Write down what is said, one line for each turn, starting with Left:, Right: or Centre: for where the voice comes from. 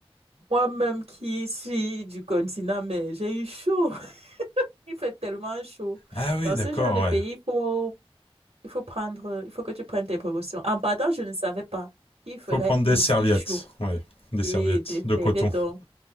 Right: Moi-même qui suis du continent, mais j'ai eu chaud. <laughs> Il fait tellement chaud.
Left: Ah oui,
Right: Dans
Left: d'accord,
Right: ce genre de
Left: ouais.
Right: pays, il faut, il faut prendre, il faut que tu prennes tes précautions. En partant, je ne savais pas qu'il ferait
Left: Faut prendre des
Right: aussi
Left: serviettes,
Right: chaud.
Left: ouais. Des
Right: Oui,
Left: serviettes
Right: des
Left: de
Right: serviettes,
Left: coton.
Right: donc,